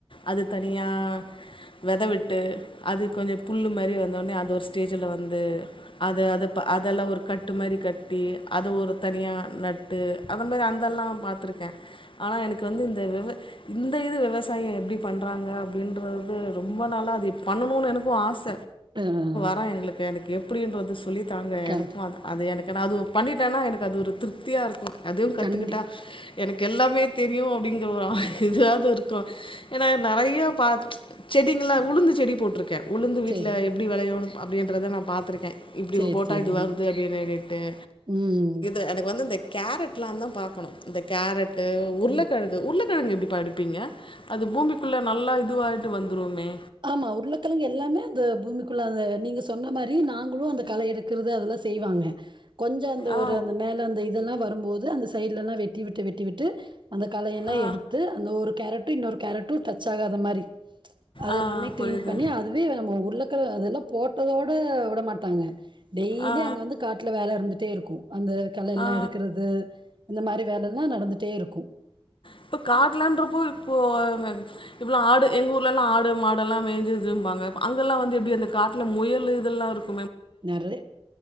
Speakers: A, on the left (about 65°); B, on the right (about 55°).
A: அது தனியா வெதவிட்டு அது கொஞ்சோ புல்லு மாறி வந்தோடனே அது ஒரு ஸ்டேஜில்ல வந்து அத அத ப அதெல்லா ஒரு கட்டு மாறி கட்டி அத ஒரு தனியா நட்டு அதன் மாறி அந்தெல்லா பாத்துருக்கேன் ஆனா எனக்கு வந்து இந்த விவ இந்த இது விவசாயம் எப்படி பண்ணுறாங்க அப்படின்றது ரொம்ப நாளா அது பண்ணணும்னு எனக்கும் ஆச
B: <unintelligible>
A: ப்பா எங்களுக்கு அந்த கேம் எப்படி என்றதா சொல்லி தாங்க
B: கண்
A: எனக்கும் அது அது எனக்கு ஏதாதும் பண்ணிட்டானா எனக்கு அது ஒரு திருப்தியாக இருக்கும் அதுவு கத்துக்கிட்டா
B: கண்டிப்பா
A: எனக்கு எல்லாமே தெரியு அப்படிங்கற ஒரு ஆ இதுவது இருக்கும் ஏன்னா நெறையா பாத் செடிங்கலா உளுந்து செடி போட்டிருக்கே உளுந்து வீட்டில
B: சரி
A: எப்படி வேளையுனு எப்படின்றத நான் பாத்துருக்கே இப்படி
B: சரி
A: போட்டா
B: சரிங்க
A: இது வருது அப்படின்ன்ட்னு
B: ம்
A: <unintelligible> எனக்கு வந்து கேரட்லா தான் பாக்கணு இந்த கேரட் உருளக்கிழங்கு.
B: ஆ
A: உருளக் உருளைக்கிழங்கு எப்படிப எடுப்பீங்க அது பூமிக்குள்ள நல்லா இதுவாயிட்டு வந்துருமே
B: ஆமா உருளைக்கிழங்கு எல்லாமே அது பூமிக்குள்ள அந்த நீங்க சொன்ன மாரி நாங்களு அந்த கள எடுக்கறது அதெல்லா செய்வாங்க கொஞ்சோ அந்த
A: ஆ
B: ஒரு அந்த மேல அந்த இதெல்லா வரும் போது அந்த சைடலலா வெட்டி விட்டு வெட்டி விட்டு அந்த களையள
A: ஆ
B: எடுத்து அந்த ஒரு கேரட் இன்னொரு கேரட்டு டச் ஆகாத மாரி அது
A: ஆ
B: எல்லாமே
A: புரியுது
B: கிளீன் பண்ணி அதுவே நம்ம உருளக்க அதெல்லா போட்டதோட விட மாட்டாங்க டெய்லி
A: ஆ
B: அங்க வந்து காட்ல வேல இருந்துடே இருக்கு அந்த களல
A: ஆ
B: எடுக்குறது இந்த மாரி வேலலா நடந்துட்டே இருக்கு
A: இப்ப காடுலண்றப்போ இப்போ இப்போல ஆடு ஏங்க ஊருலலா ஆடு மாடுல மெஞ்சுதுன்பங்க அங்கால வந்து எப்படி அந்த காட்டுல முயல் இதல்லா இருக்
B: நறை